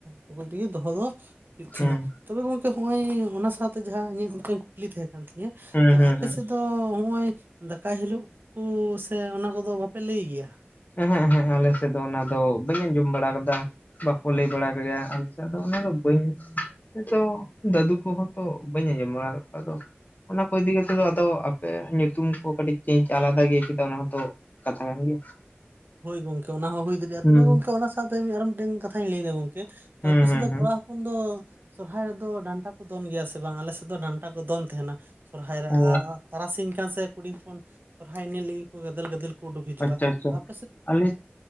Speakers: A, on the right; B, on the left.
A: ᱴᱩᱠᱩᱡ ᱛᱮᱜᱮ ᱫᱚᱦᱚ ᱫᱚ ᱦᱩᱭᱩᱜ ᱛᱟᱦᱮᱸᱱᱟ
B: ᱦᱩᱸ
A: ᱛᱚᱵᱮ ᱜᱚᱝᱠᱮ ᱦᱚᱜ-ᱚᱭ ᱚᱱᱟ ᱥᱟᱶᱛᱮ ᱡᱟᱦᱟᱸ ᱤᱧᱟᱹᱜ ᱜᱚᱝᱠᱮ ᱠᱩᱠᱞᱤ ᱛᱟᱦᱮᱸ ᱠᱟᱱ ᱛᱤᱧᱟᱹ
B: ᱦᱩᱸ ᱦᱩᱸ
A: ᱟᱯᱮ
B: ᱦᱩᱸ
A: ᱥᱮᱫ ᱫᱚ ᱫᱚ ᱦᱚᱜᱼᱚᱭ ᱫᱟᱠᱟᱭ ᱦᱤᱞᱳᱜ ᱠᱚ ᱥᱮ ᱚᱱᱟ ᱠᱚ ᱫᱚ ᱵᱟᱯᱮ ᱞᱟᱹᱭ ᱜᱮᱭᱟ
B: ᱮᱦᱸᱮᱜ ᱮᱦᱮᱸᱜᱸ ᱟᱞᱮ ᱥᱮᱫ ᱫᱚ ᱚᱱᱟ ᱫᱚ ᱵᱟᱹᱧ ᱟᱸᱡᱚᱢ ᱵᱟᱲᱟ ᱟᱠᱟᱫᱟ ᱵᱟᱠᱚ ᱞᱟᱹᱭ ᱵᱟᱲᱟ ᱠᱟᱜ ᱜᱮᱭᱟ ᱟᱞᱮᱥᱮᱫ ᱫᱚ ᱚᱱᱟ ᱫᱚ ᱵᱟᱹᱧ ᱱᱤᱛᱚ ᱫᱟᱹᱫᱩ ᱠᱚ ᱦᱚᱸ ᱛᱚ ᱵᱟᱹᱧ ᱟᱸᱡᱚᱢ ᱵᱟᱲᱟ ᱠᱟᱫ ᱠᱚᱣᱟ ᱟᱫᱚ ᱚᱱᱟ ᱠᱚ ᱤᱫᱤ ᱠᱟᱛᱮ ᱫᱚ ᱟᱫᱚ ᱟᱯᱮ ᱧᱩᱛᱩᱢ ᱠᱚ ᱠᱟᱹᱴᱤᱡ ᱪᱮᱧᱡ ᱟᱞᱟᱫᱟ ᱜᱮᱭᱟ ᱪᱟ ᱚᱱᱟ ᱦᱚᱸᱛᱚ ᱠᱟᱛᱷᱟ ᱠᱟᱱ ᱜᱮᱭᱟ
A: ᱦᱳᱭ ᱜᱚᱝᱠᱮ ᱚᱱᱟ ᱦᱚᱸ ᱦᱩᱭ ᱫᱟᱲᱮᱭᱟᱜᱼᱟ
B: ᱦᱩᱸ
A: ᱛᱚᱵᱮ ᱜᱚᱢᱠᱮ ᱚᱱᱟ ᱥᱟᱶᱛᱮ ᱟᱨᱚ ᱢᱤᱫᱴᱮᱱ ᱠᱟᱛᱷᱟᱧ ᱞᱟᱹᱭ ᱮᱫᱟ ᱜᱚᱝᱠᱮ ᱛᱟᱯᱮ
B: ᱦᱩᱸ ᱦᱩᱸ
A: ᱥᱮᱫ ᱫᱚ
B: ᱦᱩᱸ
A: ᱠᱚᱲᱟ ᱛᱚᱠᱷᱚᱱ ᱫᱚ ᱥᱚᱨᱦᱟᱭ ᱨᱮ ᱫᱚ ᱰᱟᱱᱴᱟ ᱠᱚ ᱫᱚᱱ ᱜᱮᱭᱟ ᱥᱮ ᱵᱟᱝ ᱟᱞᱮ ᱥᱮᱫ ᱫᱚ ᱰᱟᱱᱴᱟ ᱠᱚ ᱫᱚᱱ ᱛᱟᱦᱮᱸᱱᱟ ᱥᱚᱨᱦᱟᱭ ᱨᱮ
B: ᱚ
A: ᱟᱨ ᱛᱟᱨᱟᱥᱤᱧ ᱠᱟᱱ ᱥᱮ ᱠᱩᱲᱤᱧ ᱦᱚᱯᱚᱱ ᱥᱚᱨᱦᱟᱭ ᱧᱮᱞ ᱞᱟᱹᱜᱤᱫ ᱠᱚ ᱜᱟᱫᱮᱞ ᱜᱟᱫᱮᱞ ᱩᱰᱩᱠ ᱦᱤᱡᱩᱜᱼᱟ
B: ᱟᱪᱪᱷᱟ ᱟᱪᱪᱷᱟ
A: ᱟᱯ
B: ᱟᱞᱮ